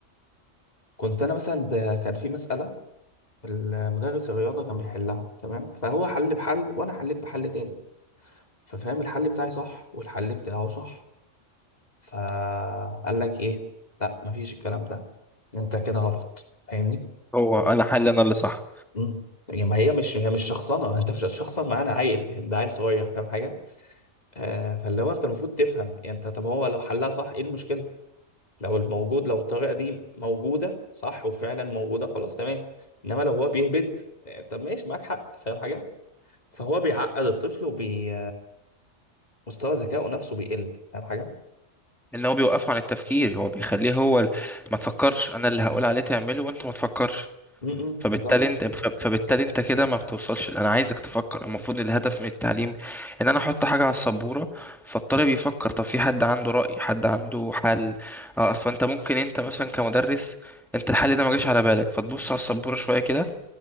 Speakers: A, on the left (about 35°); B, in the centre.
A: كنت أنا مثلا ده كان في مسألة المدرس الرياضة كان بيحلها تمام فهو حل بحل وأنا حليت بحل تاني ففهم الحل بتاعي صح والحل بتاعه صح فقال لك إيه لا مفيش الكلام ده أنت كده غلط فاهمني
B: هو انا حل انا اللي صح
A: مم. يعني ما هي مش هي مش شخصنه <laughs> انت مش هتشخصن معانا عيل يعني ده عيل صغير فاهم حاجه آه فاللي هو انت المفروض تفهم يعني انت طب هو لو حلها صح ايه المشكله لو الموجود لو الطريقه دي موجوده صح وفعلا موجوده خلاص تمام انما لو هو بيهبد آه طب ماشي معاك حق فاهم حاجه فهو بيعقد الطفل ومستوى ذكائه نفسه بيقل فاهم حاجه
B: ان هو بيوقفه عن التفكير هو بيخليه هو ال- ما تفكرش انا اللي هقول عليه تعمله وانت ما تفكرش
A: امم
B: فبالتالي
A: بالظبط
B: انت فب- فبالتالي انت كده ما بتوصلش انا عايزك تفكر المفروض الهدف من التعليم ان انا احط حاجه على السبوره فالطالب يفكر طب في حد عنده راي حد عنده حل اه فانت ممكن انت مثلا كمدرس انت الحل ده ما جاش على بالك فتبص على السبوره شويه كده